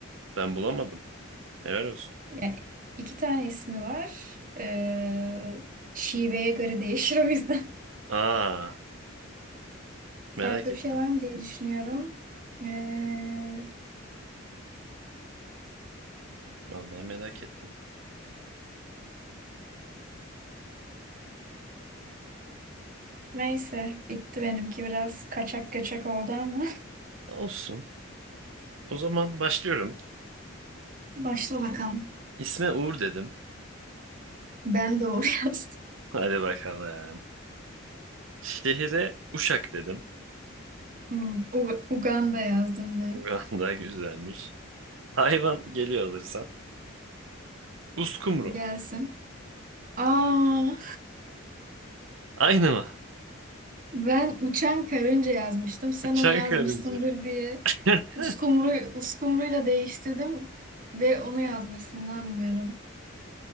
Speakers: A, on the right (about 70°); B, on the right (about 40°).
A: Ben bulamadım. Helal olsun.
B: Yani iki tane ismi var. Ee, şiveye göre değişir o yüzden.
A: Aa
B: <laughs>
A: merak
B: Farklı
A: ettim.
B: bir şey var mı diye düşünüyorum. Ee,
A: Vallahi merak ettim.
B: neyse bitti benimki biraz kaçak kaçak oldu ama.
A: Olsun. O zaman başlıyorum.
B: <laughs> Başla bakalım.
A: İsme Uğur dedim.
B: Ben doğru <laughs> yazdım.
A: Hadi bakalım. Şehire Uşak dedim.
B: Hmm, U- Uganda yazdım
A: <laughs>
B: ben.
A: Uganda güzelmiş. Hayvan geliyor alırsan. Uskumru.
B: Gelsin. Aa,
A: Aynı mı?
B: ben uçan karınca yazmıştım. Sen
A: Bıçak
B: onu yazmışsındır
A: karınca.
B: diye
A: <laughs>
B: uskumru uskumruyla değiştirdim ve onu yazmışsın inanmıyorum.